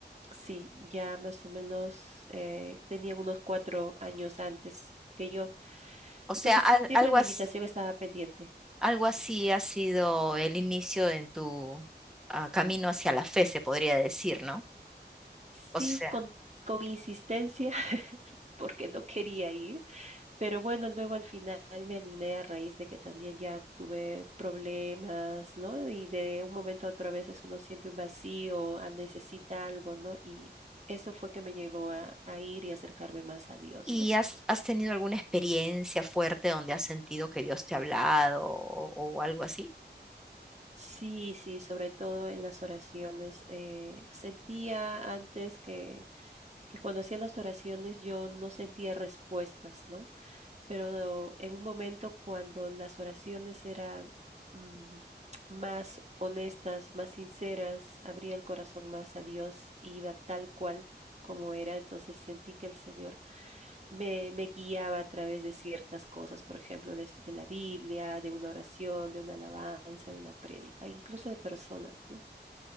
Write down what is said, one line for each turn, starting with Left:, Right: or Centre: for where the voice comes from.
Right: Sí, ya más o menos eh, tenía unos cuatro años antes que yo.
Centre: O
Right: Entonces
Centre: sea, al-
Right: siempre
Centre: algo
Right: la
Centre: así.
Right: invitación estaba pendiente.
Centre: Algo así ha sido el inicio en tu ah, camino hacia la fe, se podría decir, ¿no?
Right: Sí,
Centre: O sea,
Right: con, con insistencia, <laughs> porque no quería ir, pero bueno, luego al final me animé a raíz de que también ya tuve problemas, ¿no? Y de un momento a otro a veces uno siente un vacío, ah, necesita algo, ¿no? Y eso fue que me llevó a, a ir y acercarme más a Dios,
Centre: ¿y
Right: ¿no?
Centre: has, has tenido alguna experiencia fuerte donde has sentido que Dios te ha hablado o, o algo así?
Right: Sí, sí, sobre todo en las oraciones. eh, sentía antes que, que cuando hacía las oraciones yo no sentía respuestas, ¿no? pero en un momento cuando las oraciones eran mm, más honestas, más sinceras, abría el corazón más a Dios, iba tal cual como era, entonces sentí que el Señor me, me guiaba a través de ciertas cosas, por ejemplo, de, de la Biblia, de una oración, de una alabanza, de una prédica, incluso de personas, ¿no?